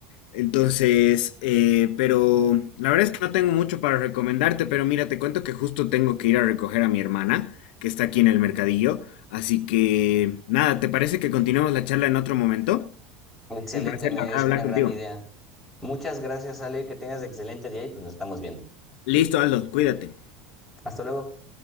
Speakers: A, on the left; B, in the centre.
A: Entonces, eh, pero la verdad es que no tengo mucho para recomendarte, pero mira, te cuento que justo tengo que ir a recoger a mi hermana, que está aquí en el mercadillo. Así que, nada, ¿te parece que continuemos la charla en otro momento?
B: Excelente,
A: Un placer,
B: me
A: la verdad,
B: es
A: hablar
B: una gran
A: contigo.
B: idea. Muchas gracias, Ale, que tengas excelente día y pues nos estamos viendo.
A: Listo, Aldo, cuídate.
B: Hasta luego.